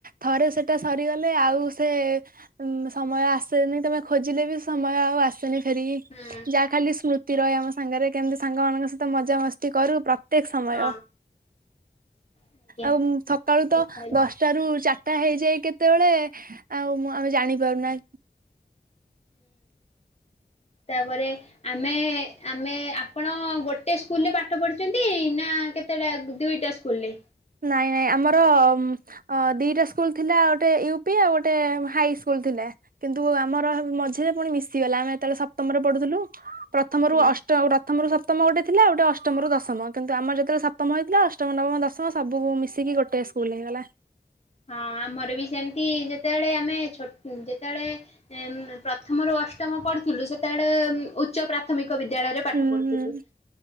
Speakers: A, on the right; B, on the left.
A: ଥରେ ସେଟା ସରିଗଲେ ଆଉ ସେ ଉ ସମୟ ଆସେନି ତମେ ଖୋଜିଲେ ବି ସମୟ ଆଉ ଆସେନି। ଫେରିକି
B: ହୁଁ
A: ଯାହା ଖାଲି ସ୍ମୃତି ରହେ ଆମ ସାଙ୍ଗେରେ କେମିତି ସାଙ୍ଗ ମାନଙ୍କ ସହିତ ମଜାମସ୍ତି କରୁ ପ୍ର ତ୍ୟେକ୍ ସମୟ,
B: ହଁ ଆଜ୍ଞା
A: ଆଉ ସକାଳୁ
B: ଠିକ୍
A: ତ
B: କହିଲେ।
A: ଦଶଟା ରୁ ଚାର ଟା ହେଇଯାଏ କେତେବେଳେ ଆଉ ମୁଁ ଆମେ ଜାଣିପାରୁନା।
B: ତା ପରେ। ଆମେ ଆମେ ଆପଣ ଗୋଟେ ସ୍କୁଲରେ ପାଠ ପଢିଛନ୍ତି ନାଁ କେତେ? କେତଟା ଦୁଇଟା ସ୍କୁଲରେ।
A: ନାଇଁ ନାଇଁ ଆମର ମଁ ଅଁ ଦିଟା ସ୍କୁଲ ଥିଲା ଗୋଟେ ୟୁ ପି ଆଉଁ ଗୋଟେ ହାଇ ସ୍କୁଲ ଥିଲା। କିନ୍ତୁ ଆମର ସବୁ ମଝିରେ ପୁଣି ମିଶିଗଲା ଆମେ ଯେତେବେଳେ ସପ୍ତମରେ ପଢୁଥିଲୁ। ପ୍ରଥମରୁ
B: ହୁଁ ହଁ
A: ଅଷ୍ଟ ପ୍ରଥମରୁ ସପ୍ତମ ଗୋଟେ ଥିଲା ଗୋଟେ ଅଷ୍ଟମରୁ ଦଶମ କିନ୍ତୁ ଆମର ଯେତବେଳେ ସପ୍ତମ ହେଇଥିଲା ଅଷ୍ଟ ଅଷ୍ଟମ ନବମ ଦଶମ ସବୁ ମିଶିକି ଗୋଟେ ସ୍କୁଲ ହେଇଗଲା।
B: ହଁ ଆମର ବି ସେମିତି ଯେତେବେଳେ ଆମେ ଛୋଟ ଯେତେବେଳେ ଏଁ ମଁ ପ୍ରଥମରୁୁ ଅଷ୍ଟମ ପଢୁଥିଲୁ ସେତେବେଳେ ଉଁ ଉଚ୍ଚ ପ୍ରାର୍ଥ ପ୍ରାଥମିକ ବିଦ୍ୟାଳୟରେ ପାଠ
A: ହୁଁ
B: ପଢୁଥିଲୁ
A: ହୁଁ।